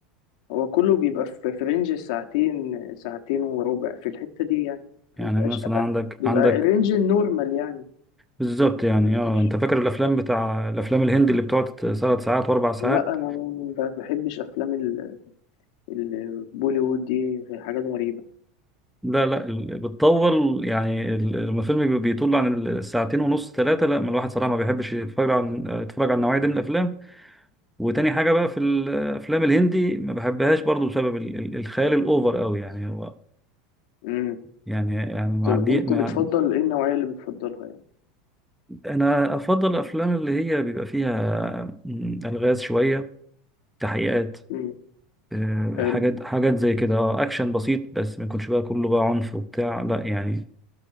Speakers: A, on the left; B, in the centre.
A: هو كله بيبقى في في رينج ساعتين ساعتين وربع في الحتة دي يعني ما
B: يعني
A: بيبقاش
B: مثلا عندك
A: بيبقى
B: عندك
A: رينج النورمال يعني
B: بالظبط يعني
A: مش
B: اه انت فاكر الافلام بتاع الافلام الهندي اللي بتقعد ثلاث ساعات واربع ساعات
A: لا انا ما بحبش افلام ال- البوليوود دي حاجات غريبة
B: لا لا ال- بتطول يعني ال- لما الفيلم بي- بيطول عن ال- الساعتين ونص ثلاثه لا ما الواحد صراحه ما بيحبش يتفرج عن يتفرج على النوعيه دي من الافلام وتاني حاجه بقى في الافلام الهندي ما بحبهاش برضو بسبب ال- ال- الخيال الاوفر قوي يعني هو
A: امم
B: يعني يعني معدي
A: طب انت
B: مع...
A: بتفضل ايه النوعية اللي بتفضلها يعني
B: انا افضل الافلام اللي هي بيبقى فيها م، الغاز شويه تحقيقات
A: امم
B: آه،
A: حلو
B: حاجات حاجات زي كده اه اكشن بسيط بس ما يكونش بقى كله بقى عنف وبتاع لا يعني